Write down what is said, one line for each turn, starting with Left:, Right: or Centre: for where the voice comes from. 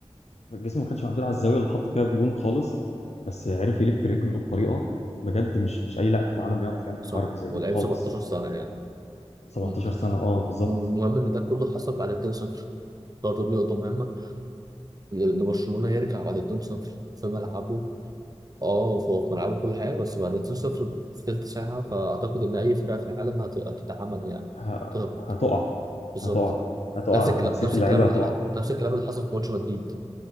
Left: جسمه ما كانش معدول على الزاوية اللي حط فيها الجون خالص بس عرف يلف رجله بطريقة بجد مش مش أي لاعب في العالم يعرف يعمل
Right: صح
Left: حركة زي
Right: ولعيب
Left: دي خالص
Right: 17 سنة يعني
Left: 17
Right: مم.
Left: سنة اه بالظبط
Right: والمهم ان ده كله حصل بعد 2-0 برضه دي نقطة مهمة ان برشلونة يرجع بعد 2-0 في ملعبه اه فهو في ملعبه كل حاجة بس بعد 2-0 في تلت ساعة فأعتقد إن أي فرقة في العالم هت- هتتعمل يعني
Left: ه-
Right: هتهبط
Left: هتقع
Right: بالظبط
Left: هتقع هتقع
Right: نفس الكلام
Left: نفسية
Right: نفس
Left: اللعيبة
Right: الكلام اللي
Left: هتقع
Right: ح... نفس الكلام اللي حصل في ماتش مدريد